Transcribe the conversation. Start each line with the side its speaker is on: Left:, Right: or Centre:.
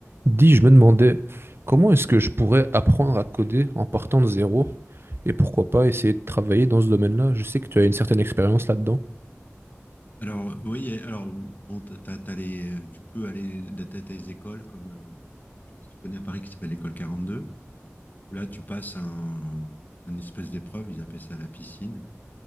Right: Dis, je me demandais comment est-ce que je pourrais apprendre à coder en partant de zéro et pourquoi pas essayer de travailler dans ce domaine-là. Je sais que tu as une certaine expérience là-dedans.
Left: Alors, oui, et- alors, bon, t'as, t'as les, tu peux aller, t'as t'as des écoles comme, euh, je sais pas si tu connais à Paris qui s'appelle l'école quarante-deux où là, tu passes un, un espèce d'épreuve, ils appellent ça la piscine,